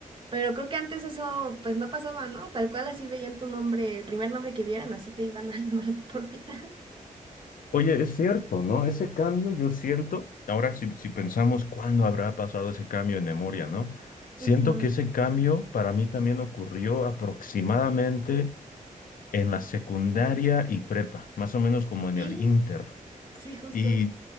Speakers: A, on the right (about 35°); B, on the left (about 80°).
A: Pero creo que antes eso pues no pasaba, ¿no? Tal cual así veían tu nombre, el primer nombre que vieran, así te iban a <laughs> llamar de por vida.
B: Oye, es cierto, ¿no? Ese cambio yo siento. Ahora, si, si pensamos cuándo habrá pasado ese cambio en memoria, ¿no? Siento
A: Ujú.
B: que ese cambio para mí también ocurrió aproximadamente en la secundaria y prepa, más o menos como en
A: Sí,
B: el inter.
A: sí, justo,
B: Y,